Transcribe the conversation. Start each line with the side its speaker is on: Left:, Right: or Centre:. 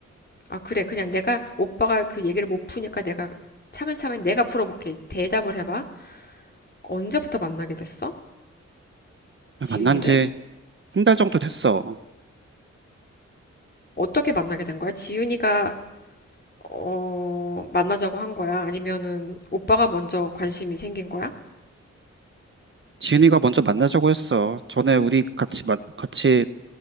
Left: 아, 그래. 그냥 내가, 오빠가 그 얘기를 못 푸니까 내가 차근차근 내가 풀어볼게. 대답을 해봐. 언제부터 만나게 됐어? 지은이를?
Right: 만난 지 한 달 정도 됐어.
Left: 어떻게 만나게 된 거야? 지은이가, 어, 만나자고 한 거야? 아니면은, 오빠가 먼저 관심이 생긴 거야?
Right: 지은이가 먼저 만나자고 했어. 전에 우리 같이 만, 같이